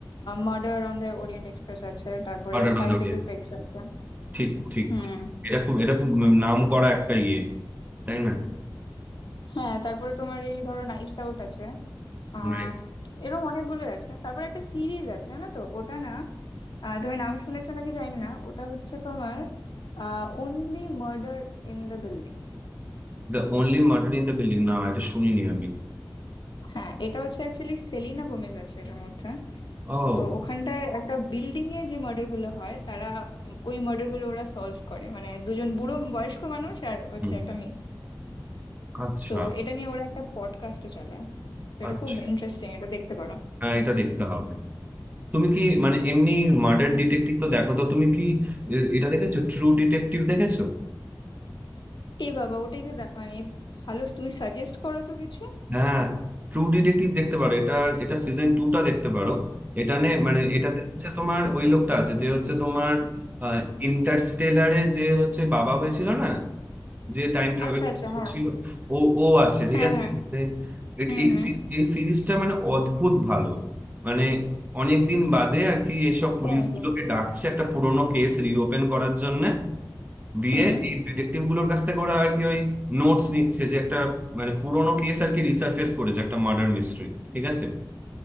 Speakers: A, on the left; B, on the right.
A: murder on the Orient Express আছে তারপরে
B: মার্ডার
A: ফাইভ
B: অন দ্য
A: লিটল পিগস আছে
B: ঠিক ঠিক
A: হুম
B: ঠিক। এটা খুব এটা খুব নাম করা একটা ইয়ে তাই না
A: হ্যাঁ তারপরে তোমার এই ধরো নাইভস আউট আছে আহ
B: Right,
A: এরকম অনেকগুলো আছে তারপর একটা সিরিজ আছে জানো তো ওটা না আহ, তুমি নাম শুনেছো নাকি জানি না ওটা হচ্ছে তোমার only murder in the building
B: The only murder in the building না এটা শুনিনি আমি
A: হ্যাঁ এটা হচ্ছে অ্যাকচুয়ালি সেলিনা গোমেজ আছে এটার মধ্যে
B: ও
A: তো ওখানটায় একটা বিল্ডিং এ যে মার্ডার গুলো হয় তারা উম, ওই মার্ডার গুলো ওরা সলভ করে মানে দুজন বুড়ো বয়স্ক মানুষ আর হচ্ছে
B: হুম
A: একটা মেয়ে
B: আচ্ছা
A: তো এটা নিয়ে ওরা একটা পডকাস্টও চালায় তো এটা
B: আচ্ছা
A: খুব ইন্টারেস্টিং এটা দেখতে পারো
B: হ্যাঁ এটা দেখতে হবে তুমি কি মানে এমনি মার্ডার ডিটেকটিভ তো দেখো তো তুমি কি এ, এটা দেখেছো ট্রু ডিটেকটিভ দেখেছো
A: এ বাবা ওটাই তো দেখা হয়নি ভালো তুমি সাজেস্ট করো তো কিছু
B: হ্যাঁ ট্রু ডিটেকটিভ দেখতে পারো এটা এটা সিজন টুটা দেখতে পারো এটা নে মানে এটা হচ্ছে তোমার ওই লোকটা আছে যে হচ্ছে তোমার ইন্টারস্টেলারে যে হচ্ছে বাবা হয়েছিল না যে টাইম ট্রাভেল
A: আচ্ছা আচ্ছা হ্যাঁ
B: ছিল ও ও আছে ঠিক
A: হ্যাঁ
B: আছে
A: হ্যাঁ
B: মানে এট-
A: হুম
B: এই
A: হুম
B: সি- এই সিরিজটা মানে অদ্ভুত ভালো মানে অনেক দিন বাদে আর কি এসব পুলিশগুলোকে
A: তাই নাকি
B: ডাকছে একটা পুরোনো কেস রিওপেন করার জন্য দিয়ে
A: হুম
B: এই ডিটেকটিভ গুলোর কাছ থেকে ওরা আর কি ওই নোটস নিচ্ছে যে একটা মানে পুরোনো কেস আর কি রিসার্ফেস করেছে একটা মার্ডার মিস্ট্রি ঠিক আছে